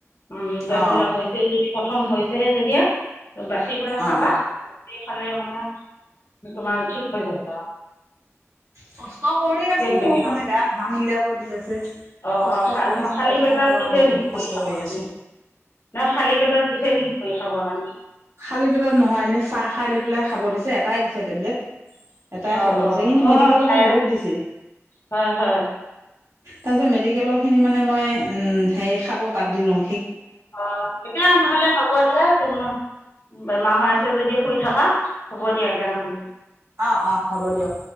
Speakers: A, on the left; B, on the right.
A: উম, এতিয়া
B: অ
A: ধৰি লও হৈছে যদি প্ৰথম হৈছেহে যেতিয়া, বাচি পেলাই
B: অ
A: খাবা। বাচি খালে মানে তোমাৰ ঠিক হৈ যাব আৰু।
B: কষ্ট কৰি আছো
A: সেনেকে
B: মানে গা ঘাম উলিয়াব দি আছে।
A: অ
B: কষ্ট কৰিছো
A: খালী
B: কষ্ট
A: পেটত
B: নকৰা
A: দিছে
B: নহয়
A: নেকি
B: বহুত
A: <unintelligible>
B: কষ্ট
A: খাব
B: কৰি
A: খানে?
B: আছো
A: খালি পেটত দিছে নেকি কৰি খাবৰ কাৰণে?
B: খালী পেটত নহয় এনেই চাহ খাই লৈ পেলাই খাব দিছে এটাই দিছে টেবলেট এটাই
A: অঁ
B: খাব
A: অঁ
B: দিছে কিন্তু
A: অঁ
B: মেডিকেলৰ
A: থাইৰড
B: পৰা বহুত দিছিল।
A: হয় হয়
B: তাৰপিছত মেডিকেলৰখিনি মানে মই হেৰি খাব বাদ দিলোঁ।
A: অ', এতিয়া নহলে হ'ব দিয়া তোম বেমাৰ হৈ আছে যদি শুই থকা, হ'ব দিয়া তেনেহ'লে।
B: অ', অ', হ'ব দিয়ক।